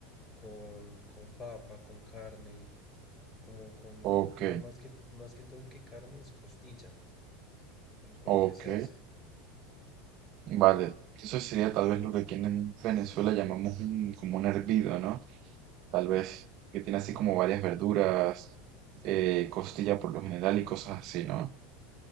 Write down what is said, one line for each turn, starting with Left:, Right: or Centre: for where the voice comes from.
Left: con, con papa, con carne, como con,
Right: ok,
Left: ma- más que, más que todo que carne es costilla, con con
Right: ok.
Left: lo que se hace.
Right: Vale, eso sería tal vez lo que aquí en Venezuela llamamos un- como un hervido, ¿no? Tal vez que tiene así
Left: Mm,
Right: como varias verduras, eh, costilla por lo general y cosas así, ¿no?